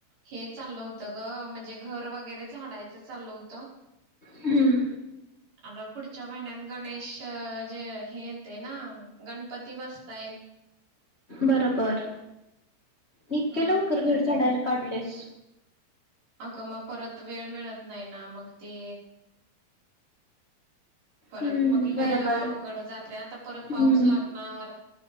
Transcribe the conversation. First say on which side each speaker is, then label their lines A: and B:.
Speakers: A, on the right (about 65°); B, on the left (about 25°).
A: हे चाललं होतं ग म्हणजे घर वगैरे झाडायचं चाललं होतं
B: हम्म
A: आता पुढच्या महिन्यात गणेश जे हे येत ना गणपती बसताय
B: बरोबर इतके
A: अ
B: लवकर घर झाडायला काढलेस
A: अगं मग परत वेळ मिळत नाही ना मग ते परत
B: हम्म
A: मग लई
B: बरोबर
A: अवघड जाते आता परत पाऊस
B: हम्म
A: लागणार